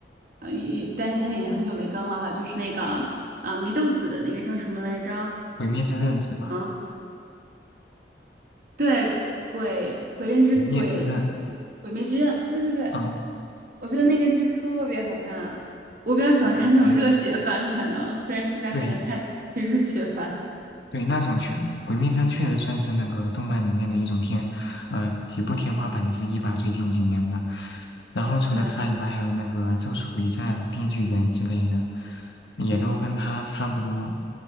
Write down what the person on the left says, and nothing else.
《鬼灭之刃》是吧？
《鬼灭之刃》，
嗯
嗯，对
对，对，那种确，《鬼灭之刃》确实算是那个动漫里面的一种天，呃，几部天花板之一吧。最近几年的，然后除了它以外，
还有那个《咒术回战》《电锯人》之类的，也都跟它差不多。